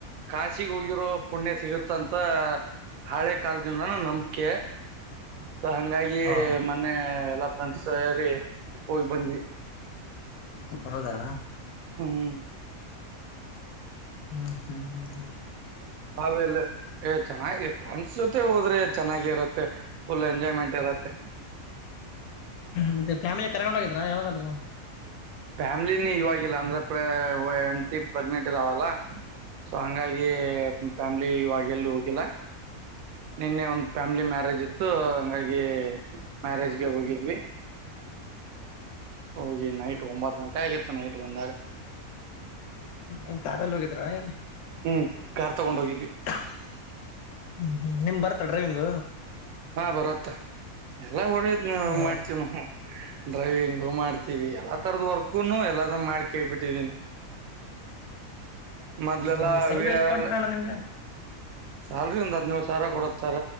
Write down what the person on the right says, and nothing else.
ಕಾಶಿಿಗೆ ಹೋಗಿರೋ ಪುಣ್ಯ ಸಿಗುತ್ತಂತ ಹಳೆ ಕಾಲದಿಂದಾನು ನಂಬಿಕೆ ಸ ಹಂಗಾಗಿ
ಮೊನ್ನೆ ಎಲ್ಲಾ ಫ್ರೆಂಡ್ಸ್ ಸೇರಿ ಹೋಗ್ ಬದ್ವಿ
ಹ್ಮ್
ನಾವೆಲ್ಲ ಚೆನ್ನಾಗಿ ಫ್ರೆಂಡ್ಸ್ ಜೊತೆ ಹೋದ್ರೆ ಚೆನ್ನಾಗಿರತ್ತೆ ಫುಲ್ ಎಂಜಾಯ್ಮೆಂಟ್ ಇರುತ್ತೆ
ಫ್ಯಾಮಿಲಿನ ಇವಾಗಿಲ್ಲ ಅಂದ್ರೆ ಹೆಂಡ್ತಿ ಪ್ರೆಗ್ನೆಂಟ್ ಇದ್ದಾಳಲ್ಲ ಸೊ ಹಂಗಾಗಿ ಫ್ಯಾಮ್ಲಿ ಇವಾಗೆಲ್ಲ ಹೋಗಿಲ್ಲ ನಿನ್ನೆ ಒಂದ್ ಫ್ಯಾಮಿಲಿ ಮ್ಯಾರೇಜ್ ಇತ್ತು ಹಂಗಾಗಿ ಮ್ಯಾರೇಜ್ಗೆ ಹೋಗಿದ್ವಿ ಹೋಗಿ ನೈಟ್ ಒಂಬತ್ತು ಗಂಟೆ ಆಗಿತ್ತು ನೈಟ್ ಬಂದಾಗ
ಹ್ಮ್ ಕಾರ್ ತಗೊಂಡ್ ಹೋಗಿದ್ವಿ
ಹಾ ಬರತ್ತ ಎಲ್ಲ ಹೊ
ಮಾಡ್ತವ್ ನ ಡ್ರೈವಿಂಗ್ ಹೋ ಮಾಡ್ತೀವಿ ಎಲ್ಲಾ ತರದ ವರ್ಕುನು ಎಲ್ಲದ ಮಾಡ್ ಕೇಬಿಟ್ಟಿದೀನಿ ಮದಲೆಲ್ಲ
ವಿ
ಆರ್
ಎಲ್
ಸ್ಯಾಲ್ರಿ ಒಂದ ಹಾಧ್ಯೋಳು ಸಾವಿರ ಕೊಡತ್ತಾರ